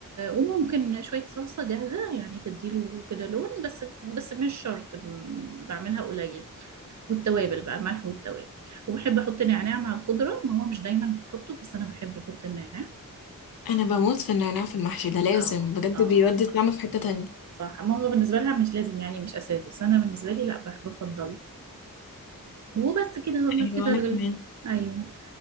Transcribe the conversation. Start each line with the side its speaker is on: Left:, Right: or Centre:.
Right: وممكن شوية صلصة جاهزة يعني تديله كده لون بس بس مش شرط م- بعملها قليل والتوابل بقى ملح والتوابل وبحب احط نعناع مع الخضرة ماما مش دايما بتحطه بس انا بحب احط النعناع
Left: انا بموت في النعناع في المحشي ده لازم
Right: اه
Left: بجد
Right: اه
Left: بيودي الطعم في حتة تانية
Right: صح ماما بالنسبة لها مش لازم يعني مش اساس بس انا بالنسبة لي لا بح- بفضل وبس كده
Left: ايوه
Right: كده
Left: انا
Right: ال-
Left: كمان
Right: ايوه